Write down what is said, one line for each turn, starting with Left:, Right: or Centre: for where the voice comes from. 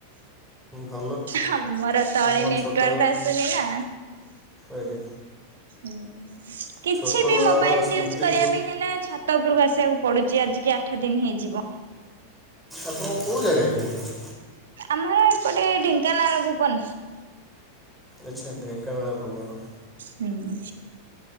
Centre: ଭଲ
Right: ହାମୋର ତଳେ
Centre: ଆପଣ
Right: ନେଟୱାର୍କ
Centre: ଛୋଟ
Right: ଆସୁନି ନା।
Centre: ଆଜ୍ଞା।
Right: ହୁଁ କିଛି
Centre: ଛୋଟବେଳର
Right: ବି ମୋବାଇଲ
Centre: ସ୍ମୃତିକୁ
Right: ୟୁଜ କରିବା ପାଇଁ ହେଲା ଛା ତ ଉପରକୁ ଆସିବାକୁ ପୋଡୁଚି ଆଜିିକି ଆଠ ଦିନ ହେଇଯିବ।
Centre: ଆପଣ କୋଉ ଜାଗା କି ହେତା?
Right: ଆମ ଏପଟେ ଢେଙ୍କାନାଳ ଭୁବନ।
Centre: ଆଛା ଢେଙ୍କାନାଳ ଭୁବନ।
Right: ହୁଁ।